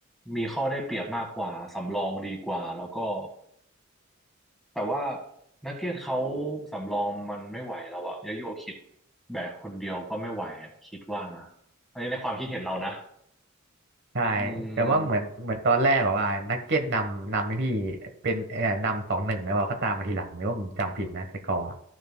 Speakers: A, in the centre; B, on the right.
A: มีข้อได้เปรียบมากกว่า สำรองดีกว่า แล้วก็ แต่ว่านักเก็ตเขาสำรองมันไม่ไหวแล้วอะยาโยคิดแบกคนเดียวก็ไม่ไหวอะคิดว่านะ อันนี้ในความคิดเห็นเรานะ
B: ใช่
A: อืม
B: แต่ว่าเหมือนเหมือนตอนแรกอะว่านักเก็ตนำนำให้พี่เป็นเอ่อนำสองหนึ่งแล้วเขาตามมาทีหลังหรือว่าผมจำผิดนะสกอร์อะ